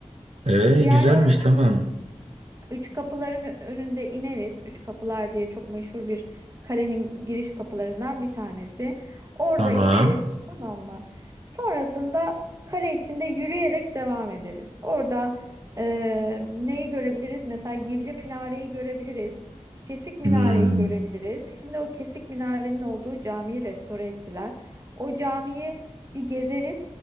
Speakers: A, on the right (about 65°); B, on the right (about 30°).
A: Ee
B: Yani
A: güzelmiş
B: oranın
A: tamam.
B: Üç kapıların önünde ineriz. Üç kapılar diye çok meşhur bir kalenin giriş kapılarından bir tanesi. Orada
A: Tamam.
B: ineriz, tamam mı? Sonrasında kale içinde yürüyerek devam ederiz. Orada e, neyi görebiliriz? Mesela Yivli Minare'yi görebiliriz. Kesik Minare'yi
A: Hmm.
B: görebiliriz. Şimdi o Kesik Minare'nin olduğu camiyi restore ettiler. O camiyi bir gezeriz.